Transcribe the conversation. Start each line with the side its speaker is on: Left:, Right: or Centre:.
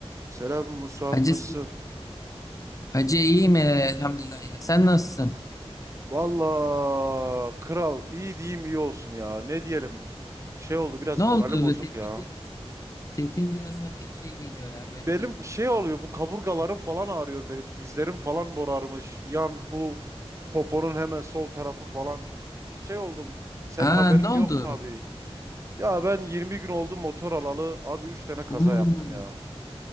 Right: Selam Musab
Left: Hacı,
Right: nasılsın?
Left: Hacı iyiyim e, elhamdülillah ya. Sen nasılsın?
Right: Valla kral iyi diyeyim iyi olsun ya. Ne diyelim? Şey oldu biraz
Left: Ne
Right: moralim
Left: oldu?
Right: bozuk
Left: Sesin
Right: ya.
Left: biraz sesin biraz hakikaten şey geliyor ya
Right: Benim
Left: böyle bir.
Right: şey oluyor bu kaburgalarım falan ağrıyor benim. Dizlerim falan morarmış. Yan bu poponun hemen sol tarafı falan. Şey oldum. Senin
Left: Aa
Right: haberin
Left: ne
Right: yok
Left: oldu?
Right: tabii. Ya ben 20 gün oldu motor alalı. Abi 3 tane kaza
Left: Oo.
Right: yaptım ya.